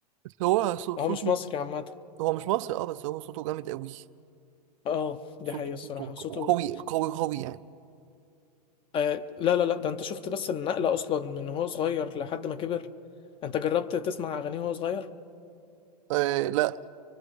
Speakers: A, on the right; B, on the left.
A: بس هو صو- صوته
B: هو مش مصري عامة
A: هو مش مصري اه بس هو صوته جامد قوي
B: اه دي
A: صوته
B: حقيقة الصراحة
A: صوته
B: صوته
A: قوي قوي قوي يعني
B: آه لا لا لا ده انت شفت بس النقلة اصلا من وهو صغير لحد ما كبر انت جربت تسمع اغانيه وهو صغير
A: آه لا